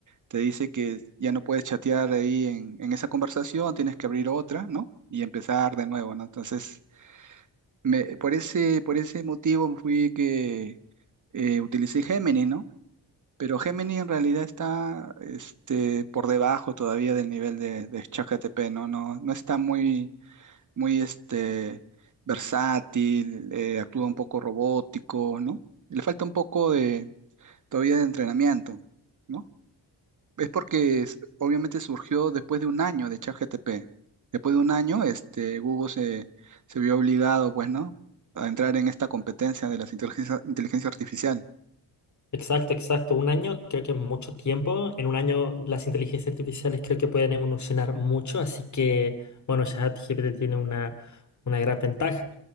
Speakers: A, on the right (about 45°); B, on the left (about 45°).
A: te dice que ya no puedes chatear ahí en, en esa conversación, tienes que abrir otra, ¿no? Y empezar de nuevo, ¿no? Entonces, me, por ese, por ese motivo fui que eh, utilicé Gemini, ¿no? Pero Gemini en realidad está este, por debajo todavía del nivel de, de ChatGPT, ¿no? No, no está muy, muy este, versátil, eh, actúa un poco robótico, ¿no? Le falta un poco de, todavía de entrenamiento. ¿no? Es porque es- obviamente surgió después de un año de ChatGPT. Después de un año, este, Google se, se vio obligado, pues, ¿no? A entrar en esta competencia de las inteligencia, inteligencia artificial.
B: Exacto, exacto. Un año creo que es mucho tiempo. En un año las inteligencias artificiales creo que pueden evolucionar mucho, así que, bueno, ChatGPT tiene una, una gran ventaja.